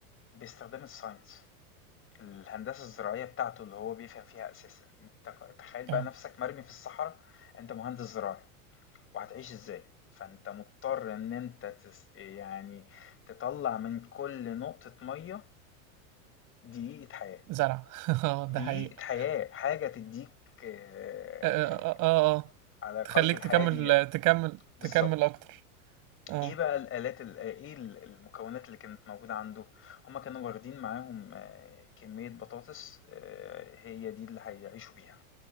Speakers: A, on the left (about 30°); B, on the right (about 45°).
A: باستخدام الساينس الهندسة الزراعية بتاعته اللي هو بيفهم فيها أساسا أنت تخيل بقى
B: اه
A: نفسك مرمي في الصحراء أنت مهندس زراعي وهتعيش ازاي فانت مضطر ان انت تس يعني تطلع من كل نقطة مية دقيقة حياة
B: زرع <laughs> اه ده
A: دقيقة
B: حقيقة
A: حياة حاجة تديك آه،
B: اه اه اه آه.
A: على
B: تخليك
A: قيد الحياة
B: تكمل
A: دقيقة
B: تكمل
A: بالظبط
B: تكمل اكتر اه
A: ايه بقى الآلات ال- ايه ال- المكونات اللي كانت موجودة عنده هما كانوا واخدين معاهم آه، كمية بطاطس آه، هي دي اللي هيعيشوا بيها